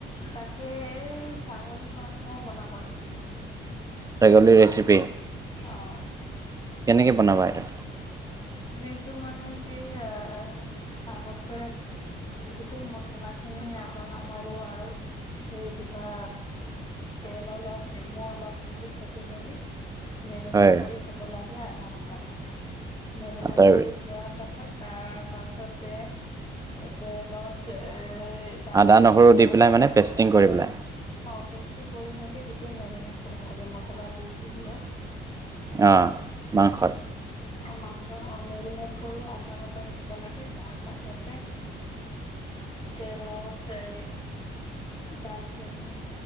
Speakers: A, on the left; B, on the right.
A: তাকে এ ছাগলী মাংস বনাব আৰু।
B: ছাগলীৰ ৰেচিপি
A: অহ
B: কেনেকে বনাবা এইটো?
A: যিটো মানে কি এ ভাগত গোটেই মছলাখিনি আদ নহৰু আৰু সেই কিবা তেল অলপ নেমু অলপ সেইবোৰ চেপি মেলি। মেৰিনেট
B: হয়
A: কৰি থব লাগে আধা ঘন্টামান মেৰিনেট
B: তাৰ
A: কৰি থোৱা পাছত তাৰ পাছতে তলত এ দাল
B: আদা
A: চেনি
B: নহৰু দি
A: লং
B: পেলাই
A: এলাইচি
B: মানে পেষ্টিং
A: অ',
B: কৰি পেলাই
A: তাৰপিছত <unintelligible> মচলা জিজি দিয়ে।
B: আহঁ মংস
A: মাংস মেৰিনেট কৰি আধা ঘন্টা থব লাগে তাৰ পাছতে
B: উ <inaudible>
A: তেলত এ ডালচেনি